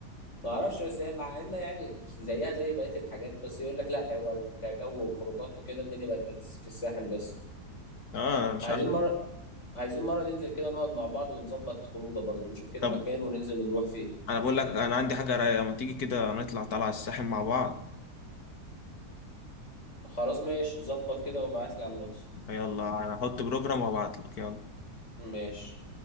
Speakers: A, on the left (about 45°); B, on the left (about 65°).
A: ما اعرفش بس هي مع ان يعني زيها زي بقيه الحاجات بس يقول لك لا هو كجو وخروجات وكده الدنيا بقت بت- في الساحل بس
B: اه أنا مش
A: عايزين
B: عارف
A: مره عايزين مرة ننزل كده نقعد مع بعض ونظبط خروجه برضو نشوف كده
B: طب
A: مكان وننزل ونروح فيه
B: انا بقول لك انا عندي حاجه رايقه ما تيجي كده نطلع طالعه الساحل مع بعض
A: خلاص ماشي ظبط كده وابعتلي على الواتس
B: يلا انا هحط بروجرام وابعت لك يلا
A: ماشي